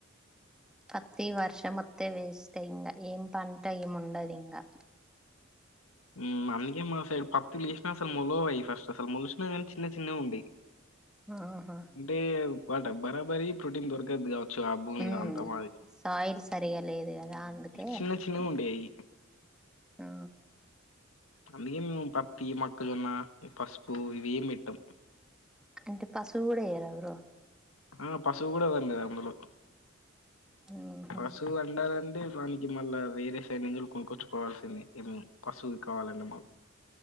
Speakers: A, in the centre; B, on the left.
A: పత్తి వర్షం వత్తె వేస్ట్ ఇంగా ఏం పంట ఏము ఉండదు ఇంగా
B: ఉమ్ అందుకే మా సైడ్ పత్ లేసినా అసలు మొలవు అయి ఫస్ట్ అసలు మొలిసినా కానీ చిన్న చిన్నగా ఉండేవి
A: ఆహా
B: అంటే పాట బరాబరి ఈ ప్రోటీన్ ద్వక గబ్బిదవత్ చ ఆ భూమిద
A: ఉమ్
B: అంత మాది
A: సాయిల్ సరిగా లేదు కదా అందుకే
B: చిన్న చిన్నవి ఉండాయ్ అవి
A: ఆ
B: అందుకే మేము పత్తి మొక్కజొన్న పసుపు ఇవేం పెట్టం
A: అంటే పశువు కూడా ఏయర ఎవరు
B: ఆ పశువు కూడాదండి అందులో
A: ఉహు
B: పశు వండాలండి బన్ మళ్ళ వేరే సైడ్ ఇందులు కొనుక్కొర్చుకోవాల్సిందే ఏ పశువు కావాలండి మాకు